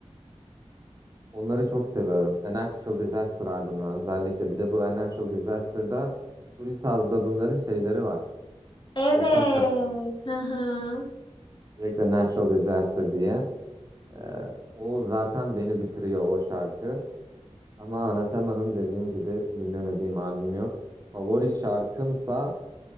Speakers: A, on the right; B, on the left.
A: Onları çok seviyorum. A Natural Disaster albümü özellikle. Bir de bu A Natural Disaster'da Turi Saz'da bunların şeyleri var.
B: Evet.
A: Ortak şarkıları.
B: Hı hı.
A: Direkt A Natural Disaster diye. E, o zaten beni bitiriyor o şarkı. Ama Anathema'nın dediğim gibi dinlemediğim albüm yok. Favori şarkımsa